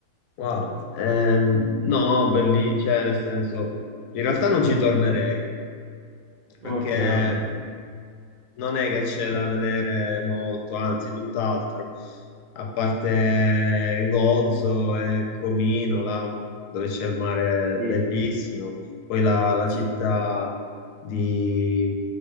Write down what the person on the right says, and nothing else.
Ok, va bene.
Sì,
sì,
sì.